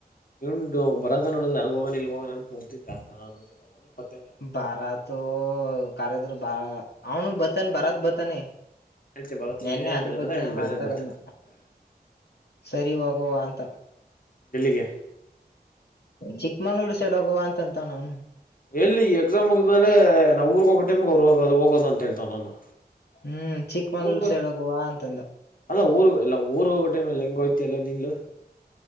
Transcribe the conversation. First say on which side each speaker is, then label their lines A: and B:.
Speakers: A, on the left; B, on the left.
A: ಇಂಡು ಬರದ ನೋಡಿದ್ರೆ ಅಲ್ಲಿಗೆ ಹೋಗನ ಇಲ್ಗಿ ಹೋಗ ಅಂತ ನಿಂತಿದ್ದ <unintelligible> ಪತ್ತೆಯಿಲ್ಲ.
B: ಬಾರಾತೊ ಕಾರದ್ರ ಬಾ ಅವನು ಬತಾನೆ ಬರದ ಬತಾನೆ.
A: ಹೇಳ್ತಿ ಬರೋ ತಿಂಗ್
B: ನೆನ್ನೆ
A: ಇನ್ನೇನ
B: ಅದ್ರ
A: ಹೇಳಿದ್ರೆ
B: ಬಗ್ಗೆನೇ
A: ಬೇಜಾರ್
B: ಮಾತಾಡನು
A: ಬೀಳ್ತಾನೆ
B: ಸರಿ ಹೋಗೋವ ಅಂತ.
A: ಡೆಲ್ಲಿಗೆ
B: ಚಿಕ್ಕಮಂಗ್ಳೂರ್ ಸೈಡ್ ಹೋಗುವ ಅಂತಂತವನ ಅವನು
A: ಎಲ್ಲಿ ಎಕ್ಸಾಮ್ ಮುಗ್ದ್ಮೇಲೆ ನಾವು ಊರ್ಗೋಗ ಟೈಮ್ ಅವ್ರು ಹೋಗೋದು ಅಂತ ಹೇಳ್ತಾವ್ನ ಅವನು.
B: ಹ್ಮ್ ಚಿಕ್ಮಂಗ್ಳೂರ್
A: ಊರ್ಗ
B: ಸೈಡ್ ಹೋಗುವ ಅಂತಂದ
A: ಅಲ್ಲ ಊರು ಎಲ್ಲ ಊರು ಹೋಗೋ ಟೈಮ್ಲೀ ಹೆಂಗ ಹೋಯತಿಯಲ್ಲ ನಿಲ್ಲು.